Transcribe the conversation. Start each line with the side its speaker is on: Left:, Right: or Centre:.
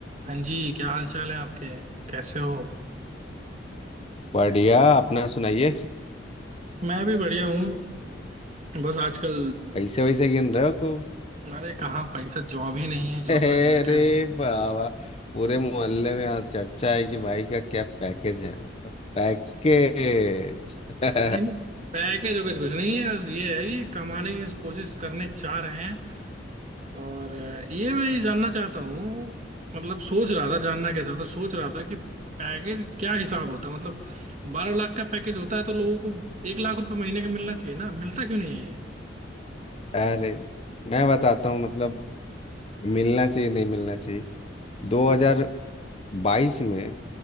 Right: हाँ जी क्या हाल चाल है आपके कैसे हो
Left: बढ़िया अपना सुनाइए
Right: मैं भी बढ़िया हूँ बस आजकल
Left: पैसे वैसे गिन रहे हो खूब
Right: अरे कहाँ पैसा जॉब ही नहीं है
Left: <laughs>
Right: जॉबलेस
Left: अरे
Right: बैठे हो
Left: बाबा पूरे मोहल्ले में आज चर्चा है कि भाई का क्या पैकेज है मतलब पैकेज <laughs>
Right: नहीं पैकेज वैकेज कुछ नहीं है बस ये है कि कमाने की कोशिश करने चाह रहे हैं और अ, ये मैं ये जानना चाहता हूँ मतलब सोच रहा था जानना क्या चाहता सोच रहा था कि पैकेज क्या हिसाब होता है मतलब बारह लाख का पैकेज होता है तो लोगों को एक लाख रुपए महीने का मिलना चाहिए ना मिलता क्यों नहीं है ये?
Left: अरे मैं बताता हूँ मतलब मिलना चाहिए नहीं मिलना चाहिए 2022 में